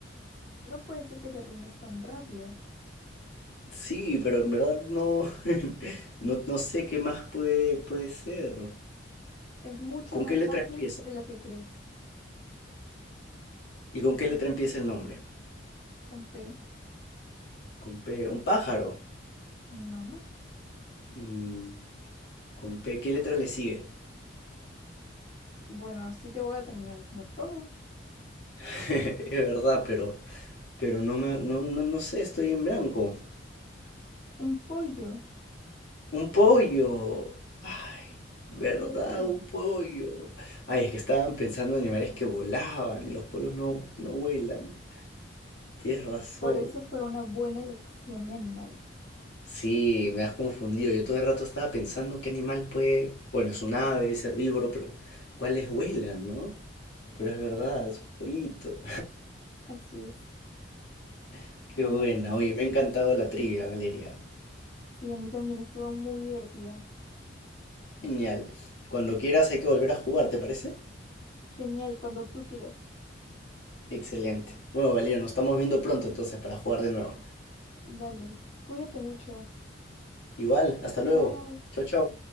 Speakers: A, on the left; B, on the left.
A: no puede ser que te rindas tan rápido.
B: Sí, pero en verdad no, <laughs> no, no sé qué más puede, puede ser.
A: Es mucho
B: ¿Con
A: más
B: qué letra
A: fácil
B: empieza?
A: de lo que crees.
B: ¿Y con qué letra empieza el nombre?
A: Con P,
B: Con P. Un pájaro.
A: no.
B: Mm, con P, ¿qué letra le sigue?
A: Bueno, sí te voy a terminar diciendo todo.
B: <laughs> Es verdad, pero, pero no me, no, no, no sé, estoy en blanco.
A: Un pollo.
B: Un pollo. Ay, ¿verdad?
A: Pido, pido.
B: Un pollo. Ay, es que estaban pensando en animales que volaban y los pollos no, no vuelan. Tienes razón.
A: Por eso fue una buena elección de animal.
B: Sí, me has confundido. Yo todo el rato estaba pensando qué animal puede. Bueno, es un ave, es herbívoro, pero ¿cuáles vuelan, no? Pero es verdad, es un pollito.
A: Así es.
B: <laughs> Qué
A: Bueno,
B: buena. Oye, me ha encantado la trivia, Valeria.
A: sí, a mí también estuvo muy divertida.
B: Genial. Cuando quieras hay que volver a jugar, ¿te parece?
A: Genial, cuando tú quieras.
B: Excelente. Bueno, Valeria, nos estamos viendo pronto entonces para jugar de nuevo.
A: Dale, cuídate mucho.
B: Igual, hasta luego.
A: Chao.
B: Chau, chau.